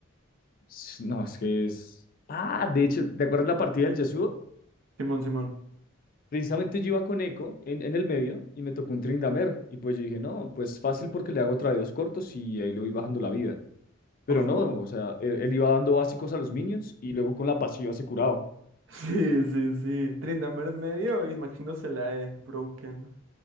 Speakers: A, on the left; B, on the right.
A: S- No, es que es. Ah, de hecho, ¿te acuerdas la partida del Yasuo?
B: Simón, Simón.
A: Precisamente yo iba con Echo en, en el medio y me tocó un Trindamer. Y pues yo dije, no, pues fácil porque le hago tradeos cortos y ahí le voy bajando la vida. Pero
B: <laughs> Ojo.
A: no, o sea, él, él iba dando básicos a los minions y luego con la pasiva se curaba.
B: sí, sí, sí. Tryndamere medio y imaginándose la E, Broken.